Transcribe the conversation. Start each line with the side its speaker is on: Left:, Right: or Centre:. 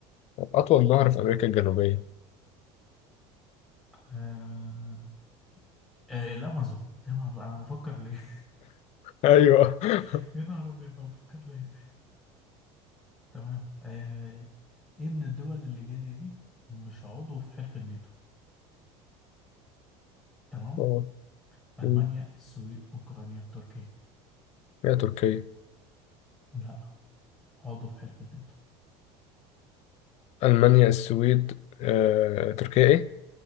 Left: أطول نهر في أمريكا الجنوبية
Centre: آه... آه... الأمازون يا نهار أنا بفكر ليه
Left: أيوه <laughs>
Centre: <laughs> يا نهار أبيض أنا بفكر ليه تمام آه... إيه من الدول اللي جاية دي مش عضو في حلف الناتو تمام
Left: آه.
Centre: ألمانيا
Left: مم.
Centre: السويد أوكرانيا تركيا
Left: هي تركيا
Centre: لا عضو في حلف الناتو
Left: ألمانيا السويد آه، تركيا إيه؟